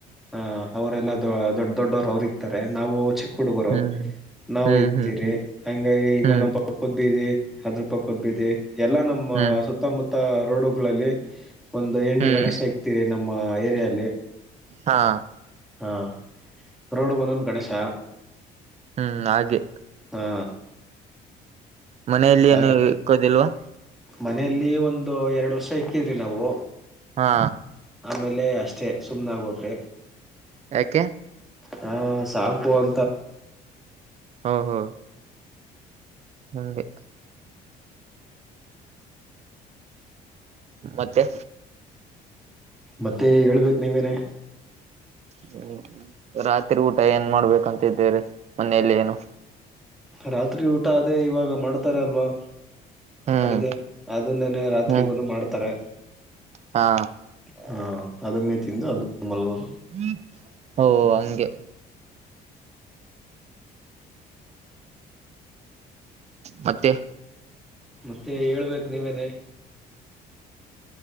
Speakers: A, in the centre; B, on the right.
A: ಹಾ ಅವರೆಲ್ಲಾ ದೊಡ್ಡ ದೊಡ್ಡವರು ಅವ್ರ ಇಕ್ತರೆ ನಾವು ಚಿಕ್ ಹುಡುಗುರು
B: ಹ್ಮ್
A: ನಾವು
B: ಹ್ಮ್
A: ಇಕ್ತಿರಿ
B: ಹ್ಮ್ ಹ್ಮ್
A: ಹಂಗಾಗಿ ಇನ್ನಾನ
B: ಹ್ಮ್
A: ಪಕ್ಕದ್ ಬೀದಿ ಅದ್ರೂ ಪಕ್ಕದ್ ಬಿದಿ ಎಲ್ಲ ನಮ್ಮ
B: ಹ್ಮ್
A: ಸುತ್ ಸುತ್ತಮುತ್ತ ರೋಡುಗಳಲ್ಲಿ ಒಂದು ಎಂಟು
B: ಹ್ಮ್
A: ಗಣೇಶ ಇಕ್ತಿವಿ ನಮ್ಮ ಏರಿಯಲ್ಲಿ
B: ಹಾ
A: ಹಾ ರೋಡ್ಗ್ ಒಂದೊಂದು ಗಣೇಶ
B: ಹ್ಮ್ ನಾಗಿ
A: ಹಾ
B: ಮನೆಯಲ್ಲಿ
A: ಯಾರ
B: ಏನು ಇಕ್ಕೋದಿಲ್ವಾ.
A: ಮನೆಯಲ್ಲಿ ಒಂದು ಎರಡು ವರ್ಷ ಇಕ್ಕಿದ್ವಿ ನಾವು.
B: ಹಾ.
A: ಆಮೇಲೆ ಅಷ್ಟೇ ಸುಮ್ಮ್ನೆಾಗೋದ್ರೆ.
B: ಯಾಕೆ.
A: ಹೂ ಸಾಕು ಅಂತ.
B: <unintelligible> ಹಂಗೆ. ಮತ್ತೆ.
A: ಮತ್ತೆ ಹೇಳ್ಬೇಕು ನೀವೇನೆ.
B: ಹ. ಹ್ಮ್ ರಾತ್ರಿ ಊಟ ಏನ್ ಮಾಡ್ಬೇಕಂತಿದ್ದೇ್ರೀ ಮನೇೆಯಲ್ಲಿ ಏನು.
A: ರಾತ್ರಿ ಊಟ ಅದೇ ಇವಾಗ ಮಾಡ್ತಾರ ಅಲ್ವಾ.
B: ಹ್ಮ್
A: ಅಡುಗೆ ಅದನ್ನೇನೆ ರಾತ್ರಿಗೂ
B: ಹ್ಮ್
A: ಮಾಡ್ತಾರೆ.
B: ಹಾ.
A: ಹಾ ಅದನ್ನೇ ತಿಂದು ಅದು ಮಲ್ವದು.
B: ಹ್ಮ ಓ ಹಂಗೆ. ಮತ್ತೆ.
A: ಮತ್ತೆ ಹೇಳ್ಬೇಕು ನೀವೇನೆ.